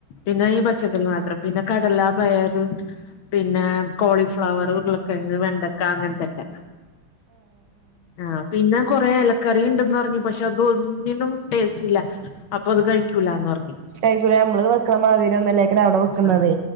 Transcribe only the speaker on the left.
പിന്നെ ഈ പച്ചക്കറി മാത്രം പിന്നെ കടലാ പയറ് പിന്നെ കോളിഫ്ലവർ ഉരുളക്കിഴങ്ങ് വെണ്ടക്ക അങ്ങനത്തൊക്കെ ആഹ് പിന്നെ കുറെ ഇലക്കറി ഉണ്ടന്ന് പറഞ്ഞു പക്ഷെ അത ഒന്നിനും ടേസ്റ്റ് ഇല്ല അപ്പൊ അത് കഴിക്കൂലന്ന് പറഞ്ഞ്
ആഹ്